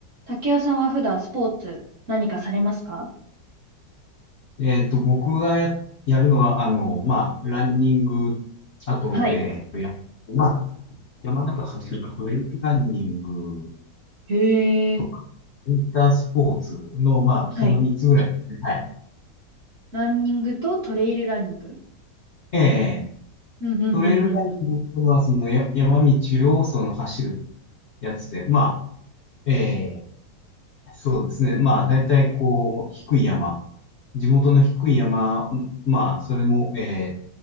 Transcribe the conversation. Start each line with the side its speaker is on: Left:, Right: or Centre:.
Right: 竹雄さんは普段スポーツ何かされますか
Left: えっと、僕がや、やるのは、あの、まあ、ランニング、あと、
Right: はい。
Left: えっと、や、まあ、山中走るトレイルランニング
Right: へえ、
Left: とか、ウィンタースポーツの、まあ、
Right: はい。
Left: その3つぐらいですね。はい。
Right: ランニングとトレイルランニング。
Left: ええ
Right: うんうんうんうん
Left: トレイルランニングっていうのは、そのや、山道をその走るやつで、まあ、ええそうですね。まあ、大体こう、低い山。地元の低い山、まあ、それも、え